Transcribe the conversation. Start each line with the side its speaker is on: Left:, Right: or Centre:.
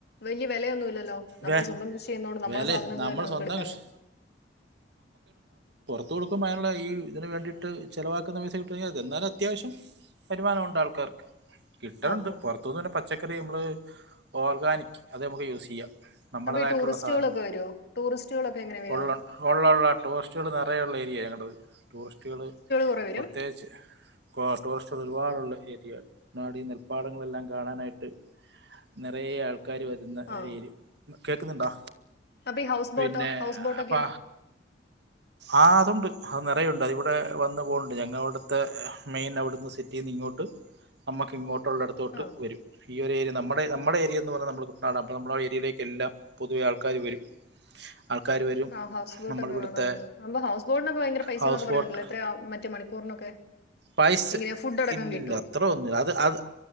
Left: വല്യയ വെലയൊന്നും ഇല്ലല്ലോ നമ്മടെ
Right: വേ-
Left: സ്വന്തം കൃഷി ചെയ്യുന്നോണ്ട് നമ്മടെ
Right: വേലേ
Left: സാധനങ്ങൾ
Right: നമ്മൾ
Left: തന്നെ നമ്മക്ക്
Right: സ്വന്തം
Left: എടുക്കാലേ
Right: കൃഷി ത്തു കൊടുക്കുമ്പോ അയിനുള്ള ഇ ഇതിന് വേണ്ടിട്ട് ചിലവാക്കുന്ന പൈസക്കിട്ടുങ്കി അത് എന്നാലും അത്യാവിശം വരുമാനം ഉണ്ട് ആൾക്കാർക്ക് കിട്ടളുണ്ട്
Left: ആഹാ
Right: പൊർത്തുന്ന് തന്നെ പച്ചക്കറി നമ്മള് ഓർഗാനിക് അത് നമ്മക്ക് യുസെയ്യാം നമ്മളെതായിട്ടുള്ള
Left: അപ്പൊ ഈ ടൂറിസ്റ്റുകളൊക്കെ
Right: സാനം
Left: വരുവോ ടൂറിസ്റ്റുകളൊക്കെ എങ്ങനെ വരിക
Right: ഒള് ഒള്ളോള്ള ട്ടോസ്റ്റ്കള് നറയെള്ള ഏരിയ ഞങ്ങടെത് ടൂറിസ്റ്റുകൾ
Left: കുറെ വരും
Right: പ്രത്യേകിച്ച് ടൂറിസ്റ്റുകൾ ഒരുപാട് ഉള്ള ഏരിയാ <unintelligible> നെൽ പാടങ്ങളെല്ലാം കാണാനായിട്ട് നിറയെ കാര് വരുന്ന
Left: ആ
Right: ഏരിയ കേൾക്കുന്നുണ്ടോ
Left: അപ്പൊ ഈ ഹൗസ്
Right: പിന്നെ
Left: ബോട്ടോ ഹൗസ് ബോട്ടൊക്കെയോ
Right: അപ്പൊ ആ അതുണ്ട് അത് നിറയെ ഉണ്ട് അത് ഇവിടെ വന്ന് പൊവ്ണ്ട് ഞങ്ങ ഇവിടുത്തെ മെയിൻ അവിട്ന്ന് സിറ്റിന്നിങ്ങോട്ട് അമ്മക്കിങ്ങോട്ട് ഉള്ളടത്തോട്ട്
Left: ആ
Right: വരും ഈ ഒരു ഏരിയ നമ്മ നമ്മടെ ഏരിയന്ന് പർഞ്ഞ നമ്മളെ കുട്ടനാടാ അപ്പൊ നമ്മള ആ ഏരിയയിലേക്ക് എല്ലാം പൊതുവെ ആൾക്കാർ വരും ആൾക്കാർ വരും
Left: ആഹ് ഹൗസ്ബോട്ട്
Right: നമ്മളിവിടുത്തെ
Left: ഒക്കെ കാണാറുണ്ട് ഹമ്പ ഹൗസ്ബോട്ട്നൊക്കെ ഭയങ്കര പൈസയാന്ന്
Right: ഹൗസ്
Left: ഒക്കെ പറയുന്നേ
Right: ബോട്ട്
Left: കേട്ടല്ലോ എത്രയാ മറ്റേ മണിക്കൂറിനൊക്കെ
Right: പൈസ
Left: എങ്ങനെയാ ഫുഡ് അടക്കം
Right: ഇല്ലില്ല
Left: കിട്ടുവോ
Right: അത്രയൊന്നുല്ല അത് അത്